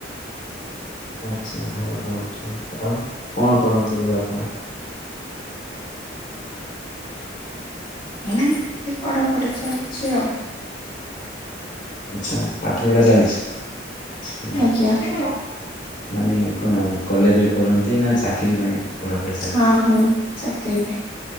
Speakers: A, on the left; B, on the left.
A: ଆଚ୍ଛା ହଉ ହଉ ଠିକ ଆଉ କଣ କରନ୍ତି ଏବେ ଆପଣ।
B: <inaudible> ଏ ପଢାପଢି ଚାଲିଛି ଆଉ
A: ଆଛା ପାଠ ପଢା ଚାଲଛି।
B: ଆଉ ଆଜ୍ଞା
A: ମାନେ କଣ କଲେଜରେ ପଢନ୍ତି ନା ଚାକିରି ପାଇଁ। ପଢ଼ାପଢ଼ି ଚାଲିଛି
B: ହଁ ହଁ ଚାକିରି ପାଇଁ